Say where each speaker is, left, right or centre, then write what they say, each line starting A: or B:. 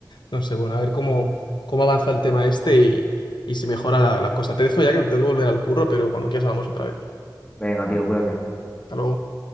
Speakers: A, on the left (about 75°); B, on the left (about 15°).
A: No sé, bueno, a ver cómo, cómo avanza el tema este y, y si mejora la, la cosa. Te dejo ya que me tengo que volver al curro, pero cuando quieras hablamos otra vez.
B: Venga, tío, cuídate.
A: Hasta luego.